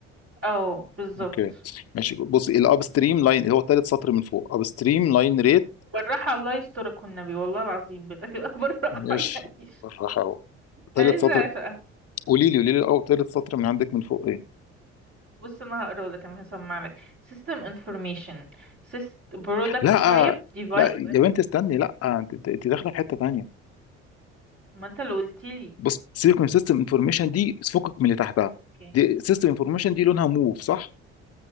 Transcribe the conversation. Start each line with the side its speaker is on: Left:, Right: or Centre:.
Right: اه بالظبط
Left: اوكي ماشي بص الاب ستريم لاين اللي هو تالت سطر من فوق اب ستريم لاين ريت
Right: بالراحه الله يسترك والنبي والله العظيم بال- <laughs> بالراحه
Left: ماشي
Right: يعني
Left: بالراحه اهو تالت
Right: عايزه
Left: سطر قولي لي قولي لي الاول تالت سطر من عندك من فوق ايه
Right: بص انا هقرا لك انا هسمع لك system information Syst... product
Left: لا
Right: type
Left: آه،
Right: device
Left: لا يا بنت استني لا آه، انت انت أنت داخله في حته تانيه
Right: ما انت اللي قلت لي
Left: بص سيكون سيستم انفورميشن دي فكك من اللي تحتها
Right: اوكي
Left: دي سيستم انفورميشن دي لونها موف صح